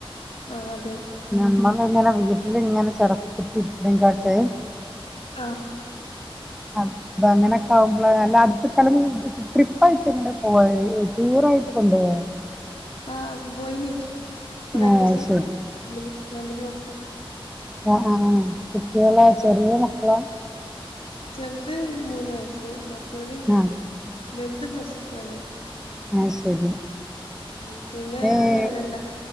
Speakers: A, on the left; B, in the centre.
A: ആഹഅതെ
B: നമ്മളങ്ങനെ വീട്ടിലിങ്ങനെ ചടകുത്തിര്ക്ണ കാട്ടി
A: ആഹ്
B: അത ങ്ങനെക്കെ ആവും. ളെ ല്ലട്ത്കാണങ്കി ട്രിപ്പായിട്ട് ങ്ങട്ടേ പോവേ ടൂറായിട്ട് കൊണ്ടവേ.
A: ആഹ പൊയ്നി അ വക്കേശന
B: ആഹ് അത് ശരി
A: മിൽ ഫാമിലി മൊത്തം.
B: ആ ആ കുട്ടികളോ ചെറീയ മക്കളാ?
A: ചെറ്ത് മൂന്ന് വയസ്സ് മറ്റോ ല്
B: ആഹ്
A: ബെന്തു പ്ലസ്റ്റു ആണ്
B: ആഹ് ശരി
A: മം പിന്നെ
B: ഏഹ്
A: രണ്ട